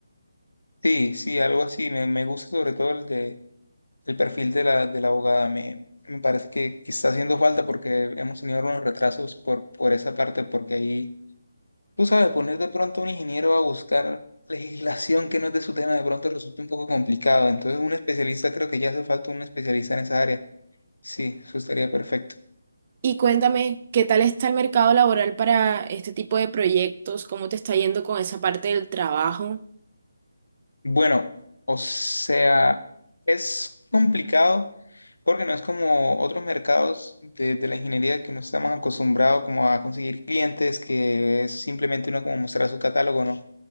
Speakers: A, on the left; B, on the right.
A: Sí, sí, algo así. Me, me gusta sobre todo el de el perfil de la, de la abogada. Me, me parece que, que está haciendo falta porque hemos tenido unos retrasos por, por esa parte, porque ahí Tú sabes, poner de pronto a un ingeniero a buscar legislación que no es de su tema de pronto resulta un poco complicado. Entonces, un especialista, creo que ya hace falta un especialista en esa área. Sí, eso estaría perfecto.
B: Y cuéntame, ¿qué tal está el mercado laboral para este tipo de proyectos? ¿Cómo te está yendo con esa parte del trabajo?
A: Bueno, o sea, es complicado porque no es como otros mercados de, de la ingeniería que uno está más acostumbrado como a conseguir clientes, que es simplemente uno como mostrar su catálogo, ¿no?